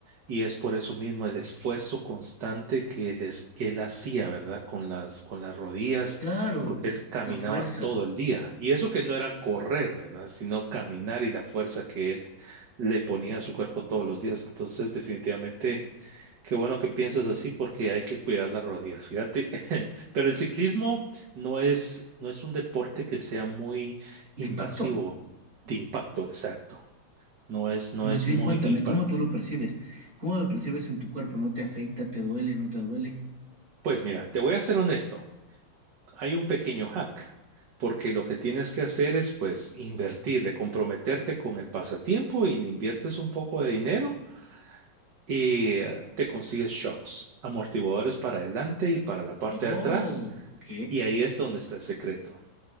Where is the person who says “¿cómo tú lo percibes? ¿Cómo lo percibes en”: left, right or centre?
Right